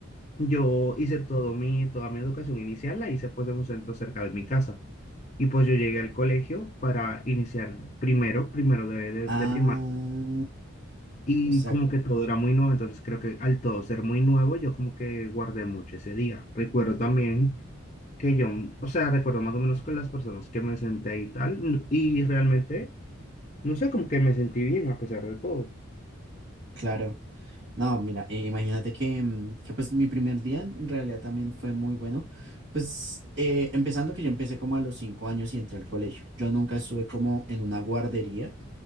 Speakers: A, on the left; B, on the right.
A: yo hice todo mi, toda mi educación inicial, la hice pues en un centro cerca de mi casa. Y pues yo llegué al colegio para iniciar primero, primero de, de,
B: Ah,
A: de primaria. Y
B: o sea
A: como que todo era muy nuevo, entonces creo que al todo ser muy nuevo, yo como que guardé mucho ese día. Recuerdo también que yo, o sea, recuerdo más o menos con las personas que me senté y tal, y realmente No sé, como que me sentí bien a pesar de todo.
B: Claro. No, mira, eh, imagínate que, mm, que, pues mi primer día en en realidad también fue muy bueno. Pues eh, empezando que yo empecé como a los cinco años y entré al colegio. Yo nunca estuve como en una guardería.